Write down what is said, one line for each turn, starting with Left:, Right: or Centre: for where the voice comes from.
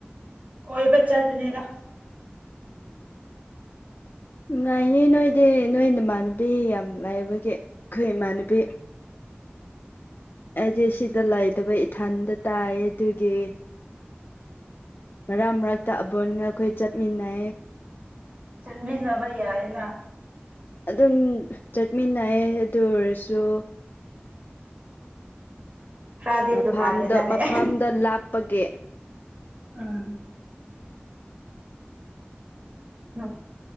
Right: ꯀꯣꯏꯕ ꯆꯠꯄꯅꯤꯗ꯫
Left: ꯅꯨꯉꯥꯏꯅꯦ ꯅꯣꯏꯗꯤ ꯅꯣꯏ ꯅꯃꯥꯟꯅꯕꯤ ꯌꯥꯝ ꯂꯩꯕꯒꯤ ꯑꯩꯈꯣꯏ ꯏꯃꯥꯟꯅꯕꯤ ꯑꯩꯖꯦ ꯁꯤꯗ ꯂꯩꯇꯕꯩ ꯏꯊꯟꯗ ꯇꯥꯏꯌꯦ ꯑꯗꯨꯒꯤ꯫ ꯃꯔꯛ ꯃꯔꯛꯇ ꯑꯕꯣꯟꯒ ꯑꯩꯈꯣꯏ ꯆꯠꯃꯤꯟꯅꯩ꯫
Right: ꯆꯠꯃꯤꯟꯅꯕ ꯌꯥꯏꯅ꯫
Left: ꯑꯗꯨꯝ ꯆꯠꯃꯤꯟꯅꯩ ꯑꯗꯨ ꯑꯣꯏꯔꯁꯨ
Right: ꯈꯔꯗꯤ
Left: ꯃꯐꯝꯗꯣ
Right: ꯇꯣꯡꯉꯥꯜꯂꯤꯅ ꯍꯥꯏ
Left: ꯃꯐꯝꯗꯣ ꯂꯥꯞꯄꯒꯤ꯫
Right: ꯎꯝ꯫ <unintelligible>